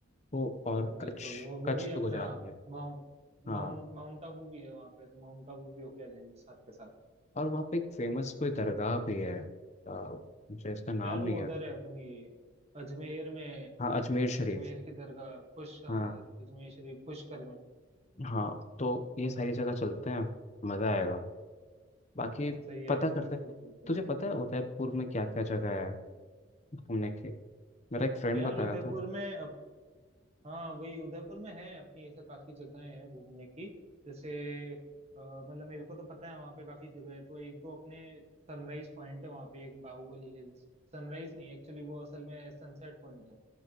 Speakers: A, on the left; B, on the right.
A: वो और
B: बिल्कुल
A: कच्छ
B: और वो
A: कच्छ
B: भी अपना
A: तो गुजरात में है।
B: माउंट
A: हाँ
B: माउंट माउंट आबू भी है वहाँ पे तो माउंट आबू भी होके आ जाएंगे साथ के साथ
A: और वहाँ पे एक फेमस कोई दरगाह भी है आ, मुझे इसका नाम
B: यार
A: नहीं
B: वो
A: याद
B: उधर है अपनी अजमेर में
A: हाँ अजमेर शरीफ
B: अजमेर की दरगाह खुश हाँ
A: हाँ
B: अजमेर शरीफ पुष्कर में
A: हाँ तो ये सारी जगह चलते हैं मज़ा आएगा बाकी
B: सही है
A: पता
B: यार
A: करते
B: बिल्कुल
A: हैं
B: बिल्कुल
A: तुझे पता है उदयपुर में क्या क्या जगह है घूमने की मेरा एक फ्रेंड
B: यार
A: बताया
B: उदयपुर
A: था
B: में हाँ वही उदयपुर में है अपनी ऐसे काफी जगहें हैं घूमने की जैसे अ, मतलब मेरे को तो पता है वहाँ पे काफी जगह है तो एक दो अपने सनराइज पॉइंट है वहाँ पे एक बाहुबली हिल्स सनराइज नहीं एक्चुअली वो असल में सनसेट पॉइंट है